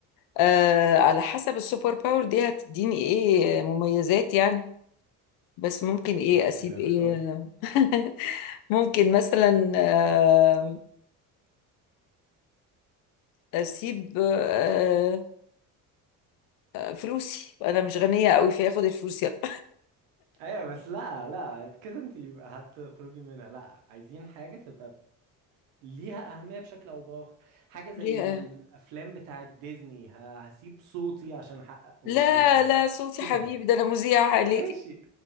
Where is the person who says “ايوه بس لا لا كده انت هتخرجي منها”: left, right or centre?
Right